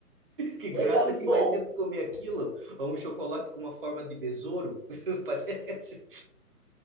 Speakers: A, on the right; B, on the right.
A: que graça
B: era bom.
A: que vai ter tu
B: <laughs>
A: comer aquilo? Ou um chocolate com uma forma de besouro, <laughs> parece.